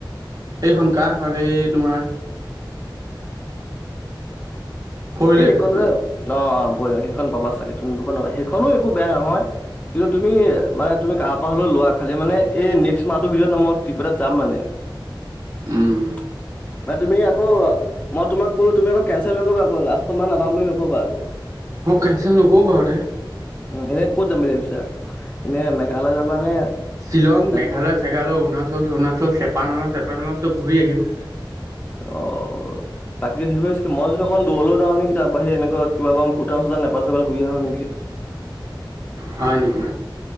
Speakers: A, on the right; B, on the left.
A: এইখন কা খন এই তোমাৰ ফ'ৰ ইলেভেনখন
B: এই <unintelligible> সেইখন পাবা চাগে তুমি দুখন পাবা, সেইখনো একো বেয়া নহয় কিন্তু তুমি মানে, তুমি কাৰ পৰা হ'লেও লোৱা খালি মানে এই নেক্স মাহতৰ ভিতৰত মই ত্ৰিপেটাত যাম মানে।
A: উম
B: <inaudible> মান তুমি আকৌ, মই তোমাক কোলো তুমি আকৌ কেনচেল নকৰিবা আকৌ লাষ্ট মই নাযাম বুলি নকবা আকৌ।
A: অ কেনচেল নকৰো বাৰু দে
B: উ এনে ক'ত যাম বুলি ভাবিছা? এনে মেঘালয় যাবা নে
A: শ্বিলং মেঘালয়-চেঘালয়,
B: এ
A: অৰুণাচল-চৰুণাচল, চেপানলা-চেপানলা চব ঘূৰি আহিম।
B: অ। বাকী কি কৈ আছিলো। মই যদি অকণ দূৰলৈ যাওঁ নিকি তাৰ বাহি এনেক কিবা ক ভূটান-চূটান নেপাল-চেপাল ঘূৰি আহো নেকি?
A: হয় নেকি